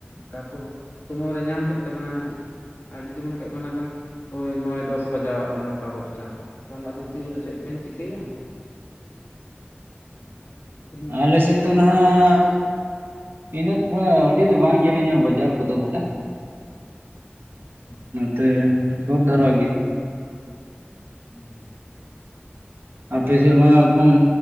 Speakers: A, on the left; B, on the right.
A: ᱛᱟᱨᱯᱚᱨ ᱥᱚᱢᱚᱭ ᱨᱮ ᱧᱟᱢ ᱦᱩᱭᱩᱜ ᱛᱟᱵᱮᱱᱟ ᱟᱨ ᱡᱩᱫᱤ ᱢᱚᱱᱮ ᱠᱟᱜ ᱵᱮᱱᱟ ᱟᱵᱮᱱ ᱳᱭ ᱱᱚᱭ ᱫᱚᱥ ᱵᱟᱡᱟᱣᱟᱜ ᱵᱮᱱᱟ ᱱᱚᱴᱟ ᱫᱚᱥᱴᱟ ᱛᱟᱦᱚᱞᱮ ᱟᱫᱚ ᱛᱤᱨᱮᱫᱚ ᱪᱮᱫ ᱵᱮᱱ ᱪᱤᱠᱟᱹᱭᱟ
B: <inaudible>
A: ᱵᱟᱡᱟᱨ ᱟᱹᱠᱷᱨᱤᱧ ᱵᱮᱱ
B: ᱟᱞᱮ
A: ᱤᱫᱤ ᱦᱚᱴᱚ
B: ᱥᱮᱫ
A: ᱠᱟᱜ
B: ᱱᱟᱦᱟᱜ
A: ᱠᱷᱟᱱ ᱫᱚ ᱟᱫᱚ ᱩᱱ ᱢᱟᱛᱚ
B: ᱤᱱᱟᱹᱜ ᱫᱚ ᱟᱹᱰᱤ ᱫᱚ ᱵᱟᱝ ᱡᱤᱨᱤᱧᱟ ᱵᱟᱡᱟᱨ ᱠᱚᱫᱚ ᱵᱚᱞᱮ
A: ᱦᱮᱸ
B: ᱱᱚᱛᱮ ᱥᱩᱨ ᱫᱷᱟᱨᱟ ᱜᱮ
A: ᱦᱩᱸ
B: ᱟᱯᱮᱥᱮᱫ ᱢᱟ ᱮᱠᱫᱚᱢ